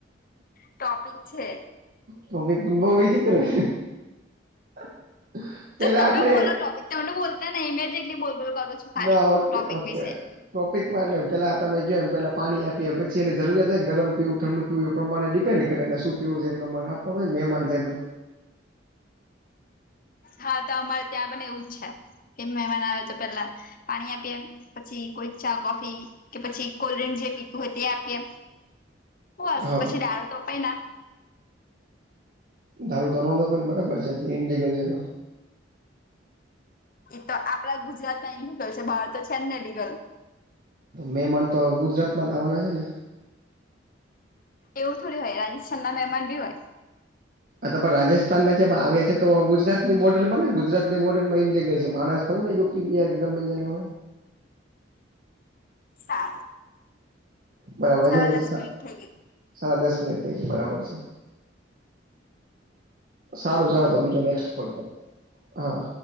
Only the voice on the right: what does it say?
તોી બચિત્ર <unintelligible> હ. પેલા
એટલે
ના ઓકે
ઓકે
ટોપિકમાં એટલે પેલા તમે ક એમ પેલા પાણી આપીએ પછી એને જરૂરિયાત હોય ગરમ પીવું ઠંડુ એ પ્રમાણે ડિપેન્ડ કરેને શું પીવું છે એ પ્રમાણે આપવાનું મહેમાન છે તો
હા
દારૂ તનો પણ બરાબર છે <unintelligible> છે તો
મહેમાન તો ગુજરાતમાં જ આવવાના છે ને
આ તમા રાજસ્થાન ના જે આવ્યા છે તો ગુજરાતની બોર્ડર પર ને ગુજરાતની બોર્ડર માં ઇન્ટેક ગયો છે <unintelligible> <unintelligible> હોય
બરાબર
છે <unintelligible>
સાડા દસ મિનીટ થય ગયે બરાબર છે સારું સારૂ તો બીજો નેક્સ્ટ કોલ કરો હા